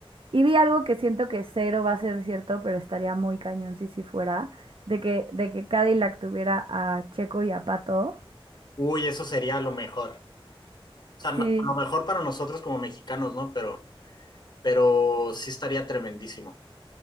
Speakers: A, on the right; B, on the left.
A: Y vi algo que siento que cero va a ser cierto, pero estaría muy cañón si sí fuera, de que, de que Cadillac tuviera a Checo y a Pato.
B: Uy, eso sería lo mejor. O sea, no-
A: Sí,
B: lo mejor para nosotros como mexicanos, ¿no? Pero, pero sí estaría tremendísimo.